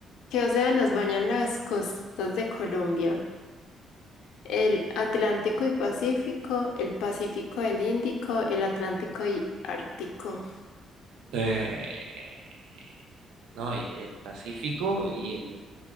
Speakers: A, on the left; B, on the right.
A: ¿Qué océanos bañan las costas de Colombia? El Atlántico y Pacífico, el Pacífico, el Índico, el Atlántico y Ártico.
B: Eh, No, y el Pacífico y el